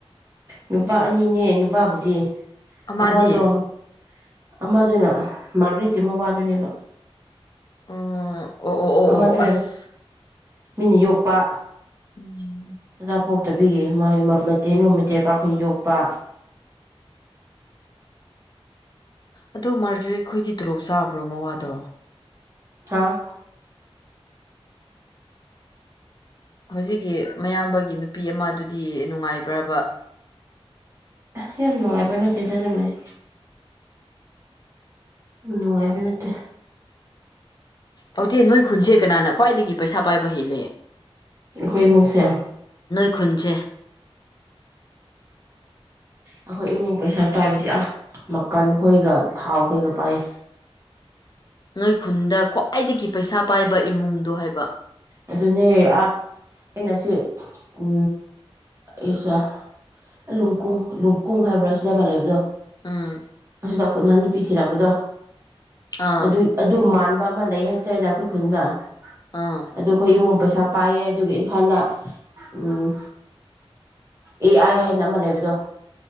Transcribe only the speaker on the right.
ꯅꯨꯄꯥ ꯑꯅꯤꯅꯦ ꯅꯨꯄꯥꯕꯨꯗꯤ꯫
ꯑꯃꯗꫭ ꯑꯃꯗꯨꯅ ꯃꯥꯔꯒꯔꯤꯠꯀꯤ ꯃꯋꯥꯗꯨꯅꯦꯕ
ꯑꯃꯗ
ꯃꯤꯅ ꯌꯣꯛꯄ
ꯑꯆꯥ ꯄꯣꯛꯇꯕꯤꯒꯤ ꯃꯣꯏ ꯃꯆꯦꯜ ꯔꯨꯝ ꯃꯆꯦ ꯄꯥꯛꯈꯣꯏ ꯌꯣꯛꯄ
ꯍꯥꯥ
ꯍ ꯅ ꯑꯦꯕꯅ ꯀꯖ ꯆꯝ ꯂꯩ ꯅꯣꯡꯉꯃꯤꯅꯠꯇ
ꯑꯩꯏꯃꯨꯁꯦ
ꯑꯩꯈꯣꯏ ꯏꯃꯨꯡ ꯄꯩꯁꯥ ꯄꯥꯏꯕꯗꯤ ꯑꯥ ꯃꯈꯀꯟꯈꯣꯏꯒ ꯊꯥꯎ ꯈꯈꯣꯏꯒ ꯄꯥꯏꯌꯦ
ꯑꯗꯨꯅꯦ ꯑꯥ ꯑꯩꯅ ꯁꯤ ꯎ ꯑꯩꯁ ꯂꯅꯨꯡꯀꯨꯡ ꯂꯅꯨꯡꯀꯨꯡ ꯍꯥꯏꯕ꯭ꯔꯥ ꯁꯤꯗ ꯑꯃ ꯂꯩꯕꯗꯣ
ꯑꯗꯨꯗ ꯑꯩꯈꯣꯏ ꯅꯍꯥꯟ ꯅꯨꯄꯤ ꯊꯤꯔꯛꯄꯗꯣ
ꯑꯗꯨꯏ ꯑꯗꯨ ꯃ ꯑꯃ ꯂꯩ ꯍꯥꯏꯇꯥꯔꯦꯅꯦ ꯑꯩꯈꯣꯏ ꯈꯨꯟꯒ ꯑ
ꯑꯩꯈꯣꯏ ꯏꯃꯣꯝ ꯄꯩꯥ ꯄꯩꯁꯥ ꯄꯥꯏꯌꯦ ꯑꯗꯨꯒ ꯏꯝꯐꯥꯜꯗ ꯎꯝ ꯑꯦ ꯑꯥꯏ ꯍꯥꯏꯅ ꯑꯃ ꯂꯩꯕꯗꯣ